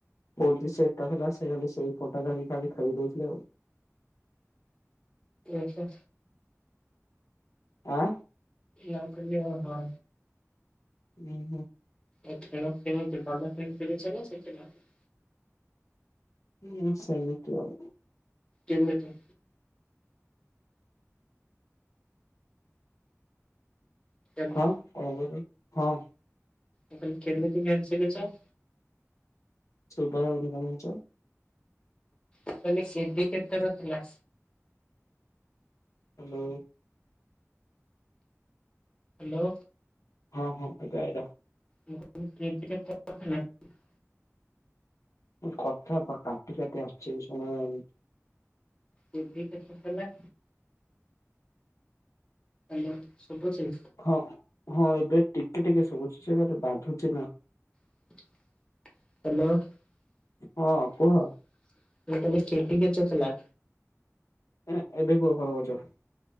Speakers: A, on the left; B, on the left.
A: ହଉଛି ସେଟା ହେଲା ସେ ଖାଲି ସେଇ ପଟା ଧରିକି ଖାଲି ଖେଳେଇ ଦେଉଥିଲେ ଆଉ।
B: ଓହୋ।
A: ଆଁ?
B: ନା କନ୍ୟା ହଁ।
A: ହୁଁ ହୁଁ।
B: ଏ ଖେଳ କେମିତି ଭଲ ପ୍ରିଣ୍ଟ ସିଖିଚ ନାଁ ସେକେଣ୍ଡ ହ୍ୟାଣ୍ଡ?
A: ହଁ ସେମିତି ଆଉ।
B: କେମିତି? ଖେଳ
A: ହଁ <unintelligible> ହଁ।
B: ମୁଁ କହିଲି କେମିତିକା ଆଣି ସିକିଚ?
A: ଶୁଭା ଯାଉନି କଣ କହୁଚ?
B: କହିଲି ସିବି କେତେ ରଖିଲ।
A: ହାଲୋ।
B: ହାଲୋ।
A: ହଁ ହଁ ଏଟା ଏଇଟା।
B: ହୁଁ ହୁଁ କେଜି କେତେ? <unintelligible>
A: କଥା ବା କାଟି କାଟି ଆସୁଚି ଶୁଣାଯାଉନି।
B: କେବି କେତେ ଥେଲା। ହାଲୋ ଶୁବୁଚି।
A: ହଁ ହଁ ଏବେ ଟିକେ ଟିକେ ସୁବୁଚି ସେଇଆପା ବାଧୁଚି ନା।
B: <inaudible> ହାଲୋ <unintelligible>
A: ହଁ କୁହ
B: କେଡ଼ି କେତେଥିଲା।
A: ଏ ଏବେ କୁହ କଣ କହୁଛ?